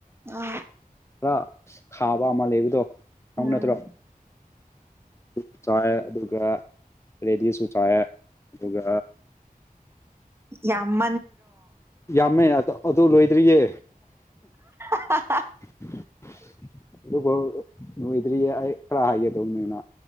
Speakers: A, on the right; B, on the left.
A: ꯑꯥ
B: ꯈꯔ ꯈꯥꯕ ꯑꯃ ꯂꯩꯕꯗꯣ ꯈꯪꯕ
A: ꯎꯝ
B: ꯅꯠꯇ꯭ꯔꯣ ꯑꯗꯨ ꯆꯥꯏꯌꯦ ꯑꯗꯨꯒ ꯔꯦꯗꯤꯁꯁꯨ ꯆꯥꯏꯌꯦ ꯑꯗꯨꯒ
A: ꯌꯥꯝ ꯃꯟꯗ꯭ꯔꯣ
B: ꯌꯥꯝꯃꯦ ꯑꯗꯨ ꯂꯣꯏꯗ꯭ꯔꯤꯌꯦ
A: <unintelligible>
B: <unintelligible> ꯑꯗꯨꯐꯧ ꯂꯣꯏꯗ꯭ꯔꯤꯌꯦ ꯑꯩ ꯈꯔ ꯍꯥꯏꯒꯗꯧꯅꯦꯅ